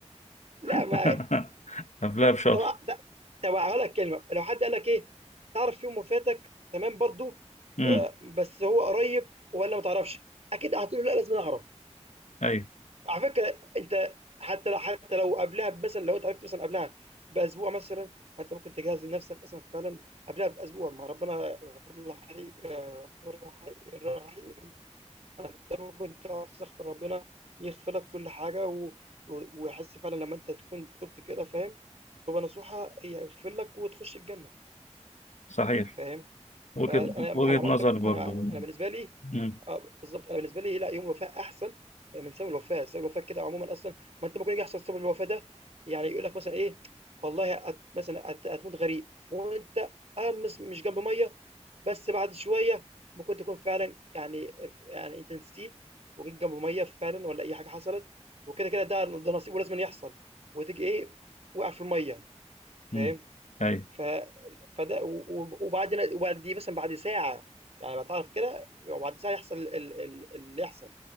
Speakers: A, on the right; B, on the left.
A: لأ
B: <laughs>
A: ما
B: قبلها بشهر
A: طب د طب هاقول لك كلمة، لو حد قال لك إيه، تعرف يوم وفاتك تمام برضه
B: مم.
A: آآ، بس هو قريّب والّا ما تعرفش؟ أكيد هتقول له لأ لازمًا أعرف.
B: أي
A: على فكرة أنت حتى لو حتى لو قبلها مثلًا لو أنت عرفت مثلًا قبلها بأسبوع مثلًا، ما أنت ممكن تجهّز لنفسك أصلًا فعلًا قبلها بأسبوع، ما ربنا غفور رحي غفور رحي رحيم، فأنت ممكن تقعد تستغفر ربنا يغفر لك كل حاجة و و ويحس فعلًا لمّا أنت تكون تُبت كده فاهم، توبة نصوحة هي هيغفر لك وتخش الجنة.
B: صحيح
A: فاهم؟
B: وجهة
A: فأنا
B: وجهة
A: أنا معتق
B: نظر برضو
A: أنا أنا بالنسبة لي
B: مم.
A: آه، بالضبط، أنا بالنسبة لي لأ، يوم الوفاة أحسن من سبب الوفاة، سبب الوفاة كده عمومًا أصلًا ما أنت ممكن يجي يحصل سبب الوفاة ده يعني يقول لك مثلًا إيه، والله هت مثلًا هت هتموت غريق وأنت آه، مس مش جنب مَيّة، بس بعد شوية ممكن تكون فعلًا يعني يعني أنت نسيت وجيت جنب مَيّة فعلًا والّا أي حاجة حصلت وكده، كده ده ده نصيب ولازمًا يحصل وتيجي إيه، واقع في المَيّة، فاهم؟
B: مم. أي
A: ف فده و وبعد وبعد دي مثلًا بعد ساعة يعني باتعرف كده، وبعد ساعة يحصل ال ال ال اللي يحصل،